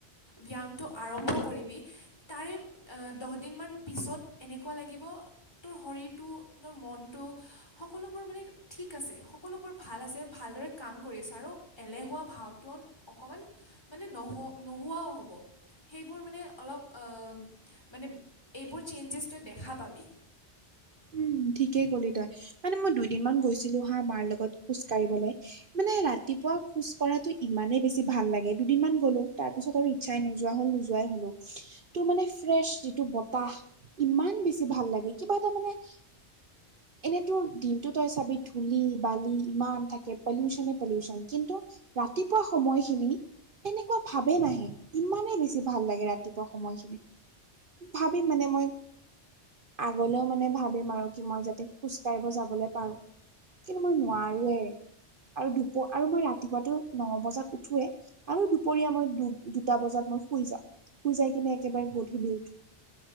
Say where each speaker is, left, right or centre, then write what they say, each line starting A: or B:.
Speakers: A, on the left; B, on the right.
A: ব্যায়ামটো আৰম্ভ- কৰিবি তাৰে এহ দহদিন পিছত এনেকুৱা লাগিব- তোৰ শৰীৰটো তোৰ মনটো সকলোবোৰ মানে- ঠিক আছে সকলোবোৰ ভাল আছে, ভালদৰে কাম কৰি আছে আৰু এলেহুৱা ভাওটৌন- অকমান মানে নহ নোহোৱাও হ'ব। বোৰ মানে অলপ অঁ মানে এইবোৰ চেঞ্জেছ তই দেখা পাবি।
B: উম ঠিকেই ক'লি তই, মানে মই দুইদিনমান গৈছিলো হা মাৰ লগত খোজ কঢ়িবলে। মানে ৰাতিপুৱা খোজ কঢ়াটো ইমানেই বেছি ভাল লাগে, দুদিনমান গ'লো তাৰ পিছত আৰু- চাই নোযোৱা হ'ল নোযোৱাই হ'লও, তো মানে ফ্ৰেছ যিটো বতাহ- ইমান বেছি ভাল লাগে কিবা এটা মানে- এনেইতোৰ দিনটো তই চাবি ধূলি বালি ইমান থাকে পলিউচনে পলিউচন কিন্তু- ৰাতিপুৱা সময়খিনি- এনেকুৱা ভাবে নাহে ইমানেই বেছি ভাল লাগে ৰাতিপুৱা সময়খিনি। ভাবিম মানে মই আগলেও মানে ভাবিম আৰু কি মই যাতে খোজ কাঢ়িব যাবলৈ পাৰো, কিন্তু মই নোৱাৰোৱে। আৰু ধুপ আৰু মই ৰাতিপুৱাটো ন বজাত উঠোৱে। আৰু দুপৰীয়া মই দু দুটা বজাত মই শুই যাওঁ শুই যাই কিনে একেবাৰে গধূলি উঠো।